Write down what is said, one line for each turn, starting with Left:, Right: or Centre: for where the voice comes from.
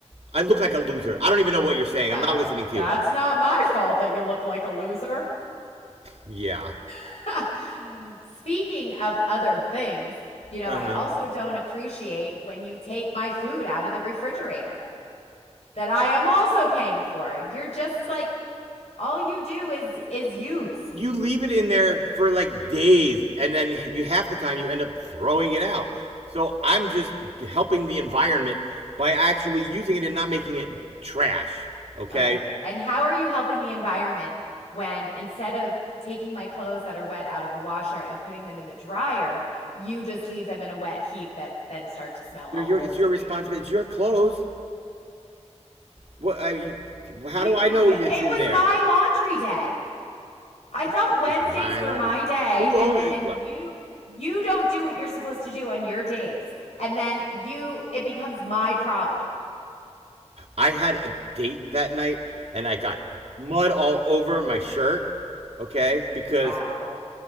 Right: I look like a loser. I don't even know what you're saying.
Left: Well,
Right: I'm not listening to
Left: that's
Right: you.
Left: not my fault that you look like a loser.
Right: Yeah.
Left: <laughs> Speaking of other things, you know,
Right: Uh
Left: I
Right: huh.
Left: also don't appreciate when you take my food out of the refrigerator that I am also paying for. You're just like all you do is is use.
Right: you leave it in there for like days and then you half the time you end up throwing it out so i'm just helping the environment by actually using it and not making it trash okay
Left: Okay. And how are you helping the environment when instead of taking my clothes that are wet out of the washer and putting them in the dryer, you just leave them in a wet heap that then start to smell
Right: They're
Left: all
Right: your,
Left: mildewy?
Right: it's your responsibility it's your clothes what I, you- how
Left: You,
Right: do i
Left: you
Right: know it's
Left: it
Right: in
Left: was
Right: there
Left: my laundry day. I thought Wednesdays
Right: It's my
Left: were
Right: laundry
Left: my day,
Right: who
Left: and
Right: owns
Left: then
Right: it what
Left: you you don't do what you're supposed to do on your days, and then you it becomes my problem.
Right: i had a date that night and i got mud all over my shirt okay because
Left: Wow.